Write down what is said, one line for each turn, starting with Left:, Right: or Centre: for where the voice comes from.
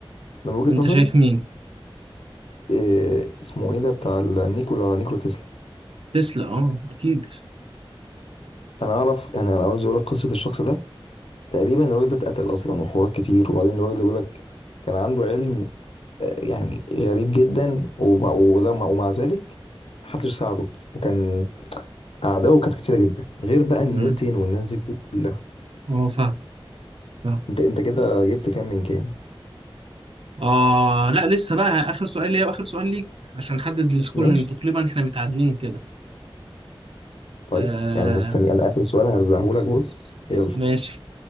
Left: من وجهة
Right: انت
Left: نظري
Right: شايف مين
Left: إيه اسمه إيه ده بتاع ال- نيكولا نيكولا تسلا
Right: تسلا اه اكيد
Left: أنا أعرف يعني أنا عاوز أقول لك قصة الشخص ده تقريبا الراجل ده اتقتل أصلا وحوارات كتير وبعدين الراجل ده بيقول لك كان عنده علم يعني غريب جدا ومع- وده ومع ذلك محدش ساعده وكان أعدائه كانت كتيرة جدا غير بقى نيوتن
Right: مم.
Left: والناس دي كلها
Right: اه فاهم فاهم.
Left: أنت أنت كده جبت كام من كام؟
Right: اه لا لسه بقى اخر سؤال ليا واخر سؤال ليك عشان نحدد السكور
Left: ماشي
Right: لان تقريبا احنا متعادلين كده
Left: طيب
Right: آه
Left: يعني مستني أنا آخر سؤال هرزعهولك بص يلا
Right: ماشي